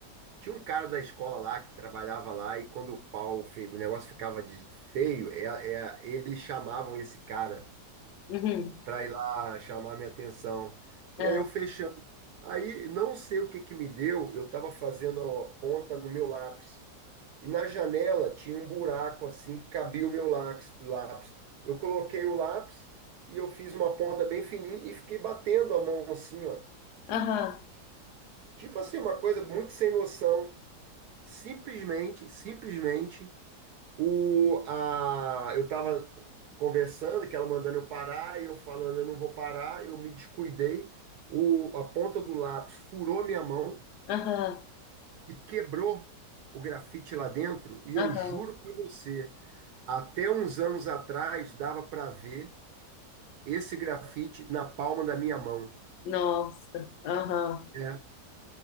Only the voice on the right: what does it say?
Tinha um cara da escola lá que trabalhava lá e quando o pau, fe- o negócio ficava de- feio, é- é- eles chamavam esse cara
para ir lá chamar minha atenção.
E aí eu fechando Aí, não sei o que que me deu, eu estava fazendo a ponta no meu lápis. E na janela tinha um buraco assim que cabia o meu lápis. lápis. Eu coloquei o lápis e eu fiz uma ponta bem fininha e fiquei batendo a mão assim, ó.
Tipo assim, uma coisa muito sem noção. Simplesmente, simplesmente, o, a, eu estava conversando, que ela mandando eu parar, e eu falando, eu não vou parar, eu me descuidei. O, a ponta do lápis furou minha mão.
e quebrou o grafite lá dentro. E
eu juro para você, até uns anos atrás dava para ver esse grafite na palma da minha mão.
É,